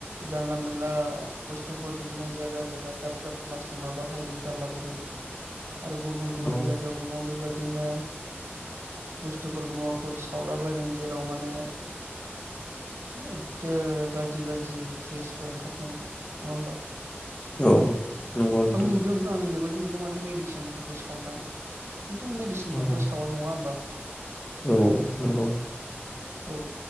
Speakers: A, on the right; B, on the left.
A: जानला मोनला बस्थुफोर बिदिनो जायगा जायगा दाब दाब प्लास्टिक माबा हारि गारलाबायगोन आरो गुबुन गुबुन
B: औ
A: जायगायाव गोबां बेबाय दिनो बुस्थुफोर मुवाफोर सावला बायगोन जेराव माने एददो गाज्रि गाज्रि गेसफोर ओंखारगोन नङा होमबा?
B: औ नंगौ नोंथां।
A: आं नुदों आंनि मेगनजों नुदों माने मेदिसिनफोरखौ सावनाय खिन्थु मेदिसिनफोरखौथ'
B: औ
A: सावा नङा होमबा?
B: औ नंगौ।
A: औ